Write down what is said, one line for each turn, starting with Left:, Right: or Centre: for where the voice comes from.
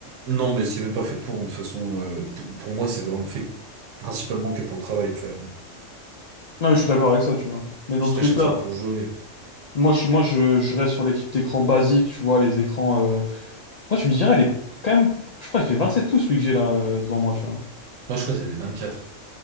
Right: Non, mais c'est même pas fait pour. hein, De toute façon, euh, pour, pour moi, c'est vraiment fait principalement que pour le travail, tu vois.
Left: Ah, mais je suis d'accord avec ça, tu vois. Mais dans
Right: Si
Left: tous
Right: t'achètes
Left: les cas,
Right: ça pour jouer.
Left: moi, je, moi, je, je reste sur les types d'écran basiques, tu vois, les écrans... euh, Après, tu me dirais, il est quand même... Je crois il fait 27 pouces, lui, que j'ai là, euh, devant moi, tu vois.
Right: Moi, je crois que c'est des 24.